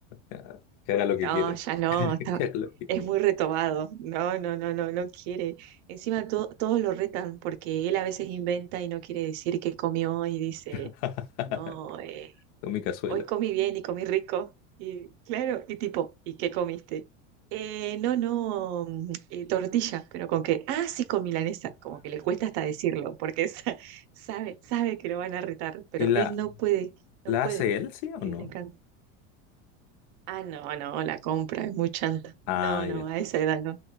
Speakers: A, on the left (about 60°); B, on the right (about 65°).
A: Ya, Que haga lo
B: No,
A: que quiera.
B: ya no,
A: <laughs>
B: está-
A: Que haga lo que
B: es
A: quiera.
B: muy retobado. No, no, no, no, no quiere. Encima to- todos lo retan porque él a veces inventa y no quiere decir que comió y dice,
A: <laughs>
B: no, eh,
A: Con mi cazuela.
B: hoy comí bien y comí rico. Y claro, y tipo, ¿y qué comiste? "Eh, no, no, mm, eh, tortilla, pero con que Ah, sí, con milanesa. Como que le cuesta hasta decirlo porque <laughs> sa- sabe, sabe que lo van a retar, pero
A: ¿Y la,
B: él no puede, no
A: la
B: puede.
A: hace él, sí
B: eh,
A: o no?
B: le encanta. Ah, no, no, la compra es muy chanta.
A: Ah,
B: No, no,
A: ya.
B: a esa edad no.